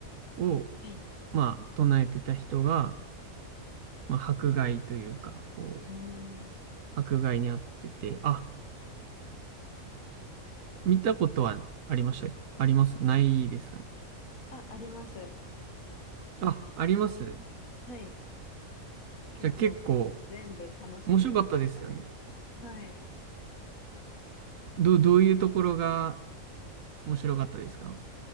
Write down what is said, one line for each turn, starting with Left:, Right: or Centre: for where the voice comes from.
Right: を、
Left: はい。
Right: まあ、唱えてた人が、まあ、迫害というか、こう、
Left: うーん。
Right: 迫害にあってて、あ、見たことはありました。ありますないですかね。
Left: あ、あります。
Right: あ、あります。
Left: はい。結構全部楽しんでみましたね。
Right: じゃあ結構面白かったですよね。
Left: はい。
Right: ど、どういうところが面白かったですか